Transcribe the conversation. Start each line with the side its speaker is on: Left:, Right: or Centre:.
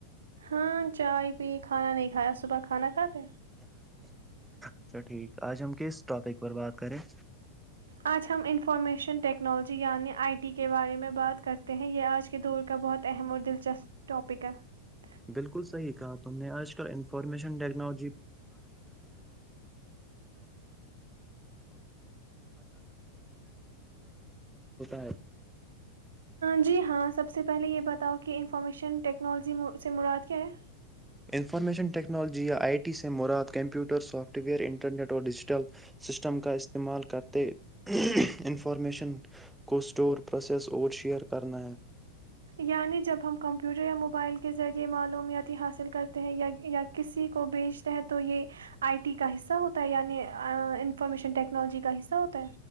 Right: ہاں چائے پی کھانا نہیں کھایا صبح کھانا کھاتے
Centre: اچھا ٹھیک آج ہم کس ٹاپک پر بات کریں <unintelligible>
Right: آج ہم انفارمیشن ٹیکنالوجی یعنی آئی ٹی کے بارے میں بات کرتے ہیں یہ آج کے دور کا بہت اہم اور دلچسپ ٹپ <unintelligible> اپیکا <unintelligible>
Centre: بالکل صحیح کہا تم نے آج کل انفارمیشن ٹیکنالوجی <unintelligible>
Right: جی ہاں سب سے پہلے یہ بتاؤ کہ انفارمیشن ٹیکنالوجی سے مراد کیا ہے
Centre: انفارمیشن ٹیکنالوجی یا آئی ٹی سے مراد کمپیٹر سافٹ وئر ان <unintelligible> انٹرنیٹ اور ڈیجیٹل سسٹم کا استعمال کرتے انفارمیشن کو اسٹور پروسیس اور شیئر کرنا ہے
Right: یعنی جب ہم کمپیوٹر یا موبائل کے ذریعے معلومیات حاصل کرتے ہیں <unintelligible> کسی کو بھیجتا ہے تو یہ آئی ٹی کا حصہ ہوتا ہے یعنی انفارمیشن ٹیکنالوجی کا حصہ ہوتا ہے